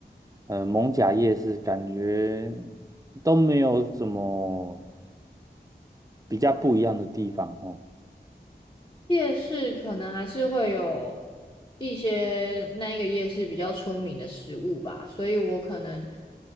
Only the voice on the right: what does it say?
呃蒙甲夜市，感觉都没有什么。比较不一样的地方哦。